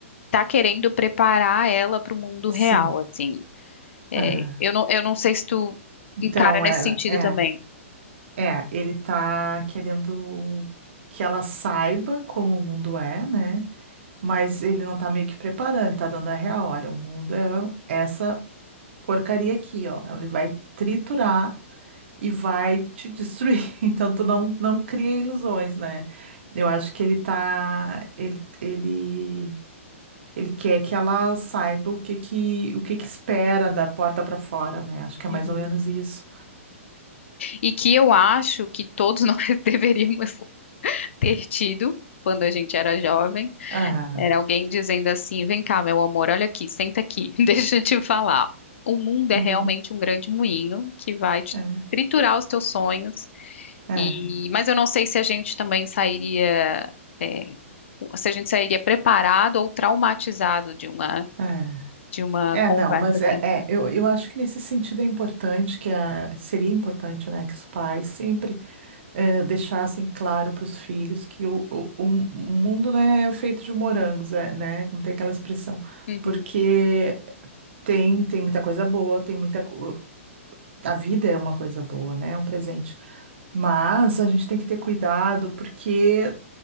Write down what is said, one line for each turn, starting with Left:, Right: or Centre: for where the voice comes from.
Left: está querendo preparar ela para o mundo
Right: Sim,
Left: real, assim. É,
Right: aham.
Left: eu não, eu não sei se tu
Right: Então,
Left: encara nesse
Right: ela
Left: sentido
Right: é,
Left: também.
Right: é, ele tá querendo que ela saiba como o mundo é, né? Mas ele não tá meio que preparando, ele tá dando a real. Olha, o mundo é essa porcaria aqui, ó. Ele vai triturar e vai te destruir. <laughs> Então tu não, não cria ilusões, né? Eu acho que ele tá, ele, ele, ele quer que ela saiba o que que, o que que espera da porta para fora, né? Acho que é
Left: Uhum.
Right: mais ou menos isso.
Left: E que eu acho que todos <laughs> nós deveríamos ter tido quando a gente era jovem,
Right: Ah,
Left: era alguém dizendo assim: vem cá, meu amor, olha aqui, senta aqui, <laughs> deixa eu te falar. O mundo
Right: bom,
Left: é realmente um grande moinho que vai te
Right: é,
Left: triturar os teus sonhos.
Right: é,
Left: E, mas eu não sei se a gente também sairia, é, se a gente sairia preparado ou traumatizado de uma
Right: é.
Left: de uma
Right: É,
Left: conversa
Right: não, mas
Left: assim.
Right: é, é, eu, eu acho que nesse sentido é importante que a, seria importante, né, que os pais sempre eh, deixassem claro para os filhos que o, o, o mu- o mundo não é feito de morangos, é, né? Como tem aquela expressão.
Left: Uhum,
Right: Porque tem, tem muita coisa boa, tem muita. co- A vida é uma coisa boa, né? É um presente. Mas a gente tem que ter cuidado, porque